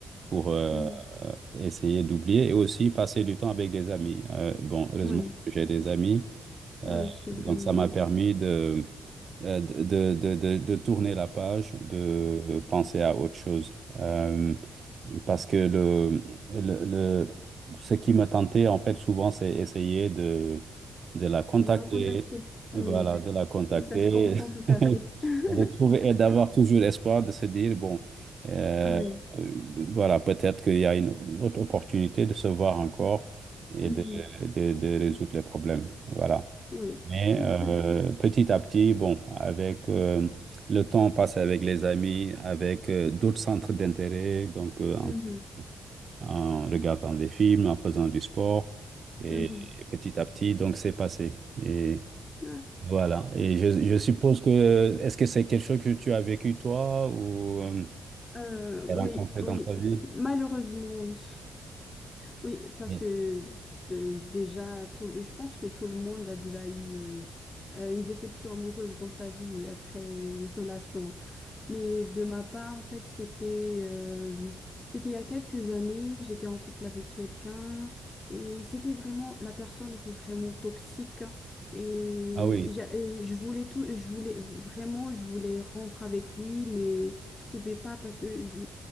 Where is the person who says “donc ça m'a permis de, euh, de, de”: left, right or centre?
Right